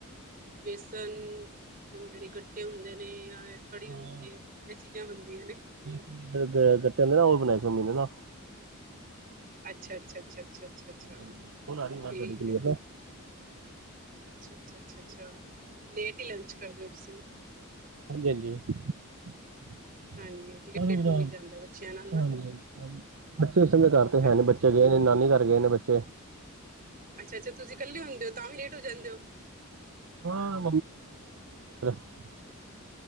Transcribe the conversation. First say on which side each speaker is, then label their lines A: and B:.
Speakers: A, on the right (about 45°); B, on the right (about 65°).
A: ਵੇਸਨ ਜੋ ਜੇੜੇ ਗੱਟੇ ਹੁੰਦੇ ਨੇ। ਜਾਂ ਕੜੀ
B: ਹਾਂ
A: ਹੁੰਦੀ ਏ ਏ ਚੀਜਾ ਬਨਦੀਆਂ ਨੇ।
B: <unintelligible> ਗੱਟੇ ਹੁੰਦੇ ਨਾ ਓ, ਬਨਾਏ ਸੀ ਮਮੀ ਨੇ ਨਾ।
A: ਅੱਛਾ, ਅੱਛਾ, ਅੱਛਾ ਅੱਛਾ, ਅੱਛਾ ਅੱਛਾ
B: ਹੁਣ ਆ ਰਹੀ ਆਵਾਜ਼
A: ਠੀਕ
B: ਤੁਹਾਡੀ ਕਲੀਅਰ
A: ਐ।
B: ਨਾ
A: ਅੱਛਾ, ਅੱਛਾ, ਅੱਛਾ, ਅੱਛਾ ਲੇਟ ਈ ਲੰਚ ਕਰਦੇ ਓ ਤੁਸੀਂ
B: ਹਾਂਜੀ, ਹਾਂਜੀ। <unintelligible>
A: ਹਾਂਜੀ ਲੇਟ ਹੋ ਹੀ ਜਾਂਦਾ ਬੱਚਿਆਂ ਨਾਲ ਨਾ
B: ਬੱਚੇ ਇਸ ਸਮੇ ਘਾਰ ਤੇ ਹੈ
A: ਹਾਂਜੀ
B: ਨੀ, ਬੱਚੇ ਗਏ ਨ ਨਾਨੀ ਘਾਰ ਗਏ ਨੇ ਬੱਚੇ।
A: ਅੱਛਾ, ਅੱਛਾ ਤੁਸੀ ਕੱਲੇ ਹੁੰਦੇ ਓ ਤਾਂ ਵੀ ਲੇਟ ਹੋ ਜਾਂਦੇ ਓ?
B: ਹਾਂ, <unintelligible>